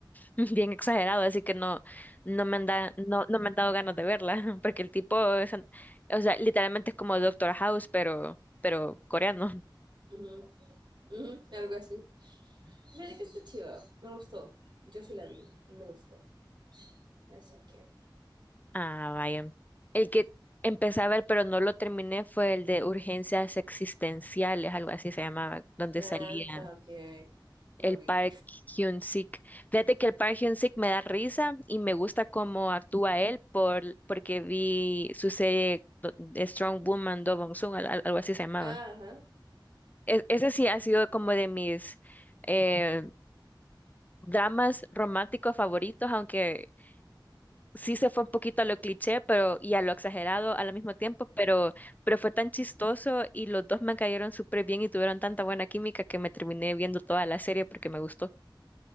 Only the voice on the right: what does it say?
Ujú, ujú, algo así. Mira que está chido, me gustó. Yo sí la vi, me gustó. Así que
ajá.
ah,
también lo
vi.
Ajá, ajá.